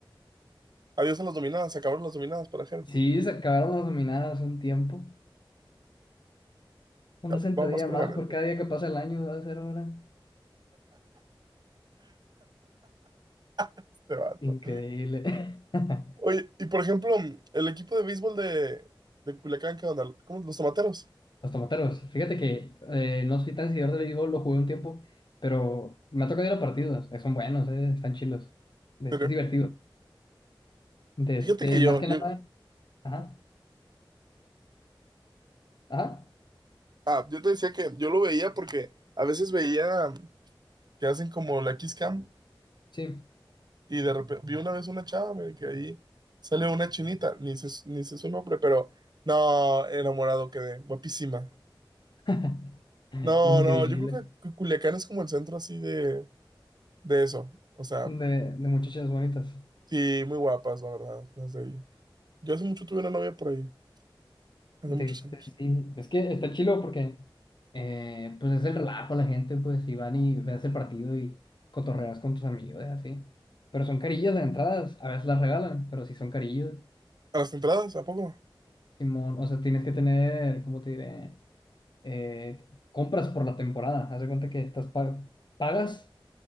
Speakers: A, on the right; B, on the left.
A: Adiós a las dominadas, se acabaron las dominadas para Jero.
B: Sí, se acabaron las dominadas un tiempo. Una
A: Ya
B: sentadilla
A: Va más permanente
B: más por cada día que pasa el año, va a ser ahora.
A: este vato.
B: Increíble. <laughs>
A: Oye, y por ejemplo, el equipo de béisbol de, de Culiacán, ¿qué onda? ¿Cómo? Los tomateros.
B: Los tomateros. Fíjate que eh, no soy tan seguidor del béisbol, lo jugué un tiempo, pero me ha tocado ir a partidos. eh, son buenos, eh, están chilos. De este
A: ¿En serio?
B: es divertido. De este,
A: Fíjate que
B: más
A: yo,
B: que
A: yo.
B: nada. Ajá,
A: Ajá.
B: ajá,
A: Ah, yo te decía que yo lo veía porque a veces veía que hacen como la Kiss Cam
B: sí.
A: y de repente vi una vez una chava güey, que ahí sale una chinita, ni sé, su- ni sé su nombre, pero no, enamorado quedé, guapísima.
B: <laughs>
A: No,
B: Increíble.
A: no, yo creo que Cu- Culiacán es como el centro así de, de eso. O sea,
B: De, de muchachas bonitas.
A: sí, muy guapas, la verdad, las de ahí. Yo hace mucho tuve una novia por ahí, hace
B: De
A: muchos
B: este,
A: años.
B: sí. Es que está chilo porque eh, pues es el relajo la gente, pues, y van y ves el partido y cotorreas con tus amigos, eh, así. Pero son carillas de entradas, a veces las regalan, pero sí son carillas.
A: A las entradas, ¿a poco? no?
B: Simón, o sea, tienes que tener, ¿cómo te diré? Eh, compras por la temporada. Haz de cuenta que estás pa- pagas